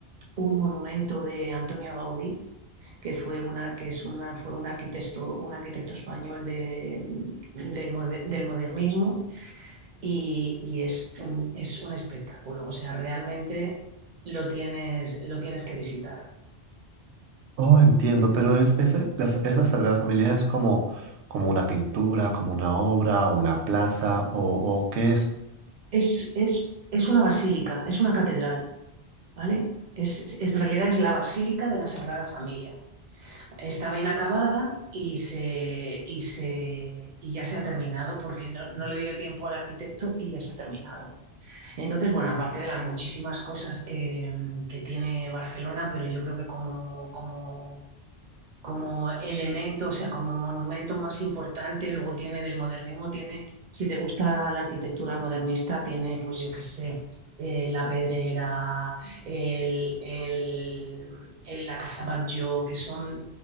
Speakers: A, on the right (about 55°); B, on the right (about 90°).
A: un monumento de Antonio Gaudí que fue una, que es una, fue un arquitecto, un arquitecto español de- del, mode- del modernismo y, y es un, es un espectáculo, o sea, realmente lo tienes, lo tienes que visitar.
B: Oh, entiendo, pero es, ese, las- esa Sagrada Familia es como, como una pintura, como una obra, una plaza, o, o qué es.
A: Es, es, es una basílica, es una catedral, ¿vale? Es, es- en realidad es la Basílica de la Sagrada Familia. Estaba inacabada y, se, y, se, y ya se ha terminado porque no, no le dio tiempo al arquitecto y ya se ha terminado. Entonces, bueno, aparte de las muchísimas cosas que, mm, que tiene Barcelona, pero yo creo que como, como como elemento, o sea, como monumento más importante, luego tiene del modernismo, tiene, si te gusta la arquitectura modernista, tiene, pues yo qué sé, eh, la Pedrera, el, el- el- la Casa Batlló, que son,